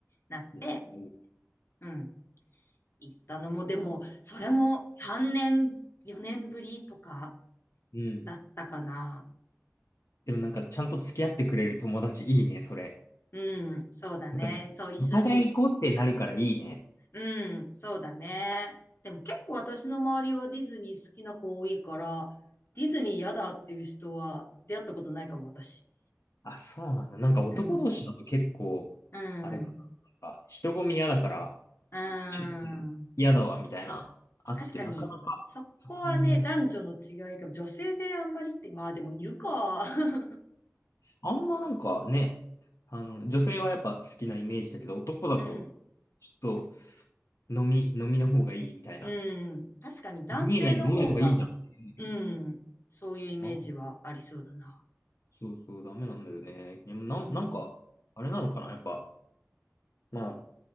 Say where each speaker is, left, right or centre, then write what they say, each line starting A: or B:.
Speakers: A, on the left (about 50°); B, on the left (about 70°).
A: なって、
B: いやいい
A: うん、行ったのも、でも、それも3年、4年ぶりとか
B: うん。
A: だったかな。
B: でもなんかちゃんと付き合ってくれる友達いいね、それ。
A: うん、そうだね。
B: なんかねお互い行こうってなるからいいね。
A: そう、一緒に。うん、そうだね。でも結構私の周りはディズニー好きな子多いから、ディズニー嫌だっていう人は出会ったことないかも、私。
B: あ、そうなんだ。なんか男同士だと結構、
A: うん、うん、
B: あれかな。なんか人混み嫌だから、
A: うん。
B: ちょっと嫌だわ、みたいな、あって、
A: 確かに、
B: なかなか、
A: そこはね、
B: タイミング、
A: 男女の違いが、女性であんまりって、まあでもいるか。<laughs>
B: あんまなんかね、あの、女性はやっぱ好きなイメージだけど、男だと、
A: うん。
B: ちょっと飲み、飲みの方がいいみたいな。
A: うん。確かに男性の方が、
B: ディズニー内で飲めばいいじゃんって言うんだけ
A: うん。そういうイメージはありそうだな。
B: ど、あそうそう、ダメなんだよね。でもな、
A: うん。
B: なんか、あれなのかな、やっぱ、まあ、